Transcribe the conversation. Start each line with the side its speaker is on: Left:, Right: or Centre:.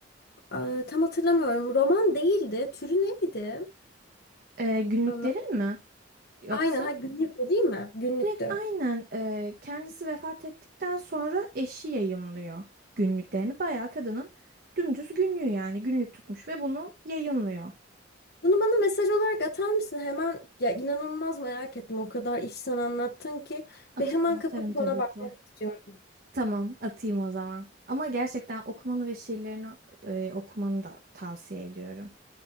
Left: E, tam hatırlamıyorum. Roman değildi. Türü neydi?
Right: E, günlüklerin
Left: Anla.
Right: mi? Yoksa?
Left: Aynen. Ha, günlüktü değil mi? Günlüktü.
Right: Direkt aynen e, kendisi vefat ettikten sonra eşi yayımlıyor günlüklerini. Bayağı kadının dümdüz günlüğü yani günlük tutmuş ve bunu yayınlıyor.
Left: Bunu bana mesaj olarak atar mısın? Hemen ya inanılmaz merak ettim. O kadar iç sen anlattın ki
Right: Atarım
Left: ve hemen
Right: atarım
Left: kapatıp
Right: tabii
Left: ona bakmak
Right: ki.
Left: istiyorum.
Right: Tamam atayım o zaman. Ama gerçekten okumanı ve şiirlerini e, okumanı da tavsiye ediyorum.